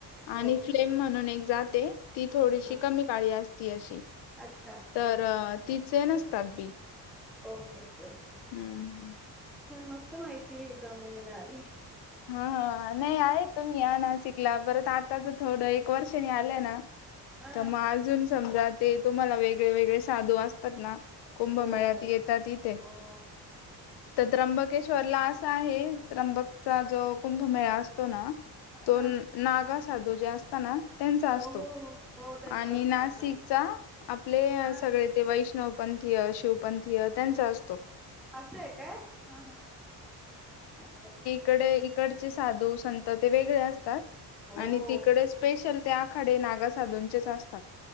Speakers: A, in the centre; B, on the left (about 75°).
A: हो
B: आणि फ्लेम म्हणून एक जाते ती थोडीशी
A: हा
B: कमी काळी असती अशी
A: अच्छा
B: तर तिचे नसतात बी
A: ओके ओके ओके
B: हम्म
A: छान मस्त माहिती एकदम म्हणजे मिळाली
B: हा हा नाही आहे तो्ही या ना शिकला परत आता तर थोडं एक वर्षनी आलं ना
A: हा
B: तर मग अजून समजा ते तुम्हाला वेगळे वेगळे साधू अस ना कुंभमेळ्यात
A: हो
B: येतात इथे
A: हो
B: तर त्र्यंबकेश्वरला आहे त्र्यंबक चा जो कुंभमेळा असतो ना तो
A: हा
B: नागा साधू जे असता ना त्यांचा असतो
A: हो हो हो त्यांचा
B: आणि
A: असतो
B: नाशिकचा
A: हा
B: आपले
A: हा
B: सगळे ते वैष्णवपंथी शिवपंथीय त्यांचा असतो
A: असं आहे काय ह ह अचछा
B: तकडे, इकडचे साधू संत ते वेगळे असतात,
A: हो
B: आणि तिकडेच स्पेशल ते आखाडे नागसाधूंनतेच असतात.